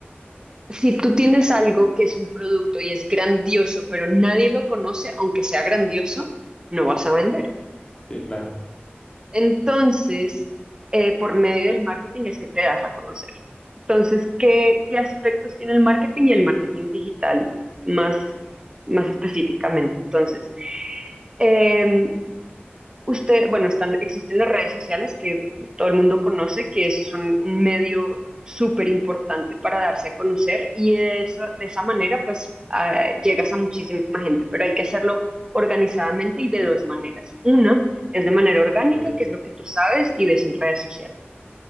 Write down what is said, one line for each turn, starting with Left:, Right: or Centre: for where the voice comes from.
Right: si tú tienes algo que es un producto y es grandioso, pero nadie lo conoce, aunque sea grandioso, no vas a vender.
Left: Sí, claro.
Right: Entonces, eh, por medio del marketing es que te das a conocer. Entonces, ¿qué, qué aspectos tiene el marketing y el marketing digital más, más específicamente? Entonces, Eh, usted, bueno, están, existen las redes sociales que todo el mundo conoce, que eso es un, un medio súper importante para darse a conocer y eso, de esa manera pues ah, llegas a muchísima gente, pero hay que hacerlo organizadamente y de dos maneras. Una es de manera orgánica,
Left: Ok.
Right: que es lo que tú sabes y ves en redes sociales.